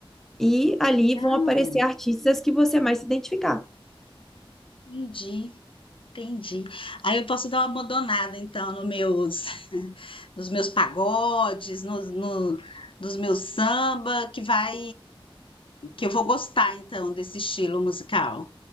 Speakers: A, in the centre; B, on the left.
A: E ali vão
B: Não,
A: aparecer artistas que você mais se identificar.
B: entendi, entendi. Aí eu posso dar uma abandonada, então, nos meus, <laughs> nos meus pagodes, nos, no, nos meus samba, que vai, que eu vou gostar, então, desse estilo musical.